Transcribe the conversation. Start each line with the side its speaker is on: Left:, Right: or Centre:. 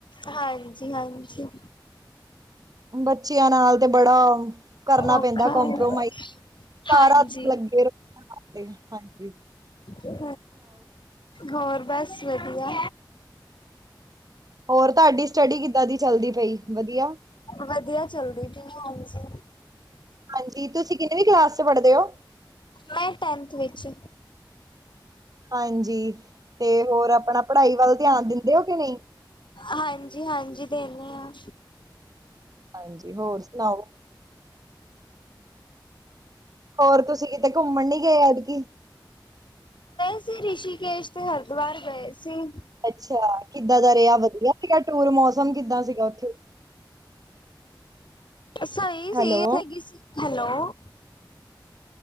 Left: ਹਾਂਜੀ- ਹਾਂਜੀ।
Right: ਬੱਚਿਆਂ ਨਾਲ ਤੇ ਬੜਾ ਕਰਨਾ
Left: ਔਖਾ
Right: ਪੈਂਦਾ, ਕਪ੍ਰੋਮਾਈਜ਼,
Left: ਏ।
Right: ਸਾਰਾ
Left: ਹਾਂਜੀ
Right: ਦਿਨ ਲੱਗੇ ਰਹੋ, ਹਾਂਜੀ--ਹਾਂਜੀ।
Left: ਹੂ, ਹੋਰ ਬਸ ਵਧੀਆ।
Right: ਹੋਰ ਤੁਹਾਡੀ ਸਟੱਡੀ ਕਿੱਦਾਂ ਦੀ ਚੱਲਦੀ ਪਈ, ਵਧੀਆ।
Left: ਵਧੀਆ ਚੱਲਦੀ ਪਈ, ਹਾਂਜੀ।
Right: ਹਨਜੀ, ਤੁਸੀਂ ਕਿੰਨੀ ਵੀਂ ਕਲਾਸ ਚ ਪੜ੍ਹਦੇ ਹੋ।
Left: ਮੈਂ ਟੈਂਨਥ ਵਿੱਚ।
Right: ਹਾਂਜੀ, ਤੇ ਹੋਰ ਆਪਣਾ ਪੜ੍ਹਾਈ ਵੱਲ ਧਿਆਨ ਦਿੰਦੇ ਹੋ ਕਿ ਨਈ।
Left: ਹਾਂਜੀ- ਹਾਂਜੀ ਦੇਨੇ ਹਾਂ।
Right: ਹਾਂਜੀ, ਹੋਰ ਸੁਣਾਓ? ਹੋਰ, ਤੁਸੀਂ ਕਿਤੇ ਘੁੰਮਣ ਨੀ ਗਏ ਐਤਕੀ।
Left: ਅਸੀ, ਰਿਸ਼ੀਕੇਸ਼ ਤੇ ਹਰਿਦੁਆਰ ਗਏ ਸੀ।
Right: ਅੱਛਾ, ਕਿੱਦਾਂ ਦਾ ਰਿਹਾ ਵਧੀਆ ਸੀਗਾ ਟੂਰ, ਮੌਸਮ ਕਿੱਦਾਂ ਸੀਗਾ ਉੱਥੇ।
Left: ਸਹੀ ਸੀ,
Right: ਹੈਲੋ
Left: ਹੈਗੀ ਸੀ। Hello-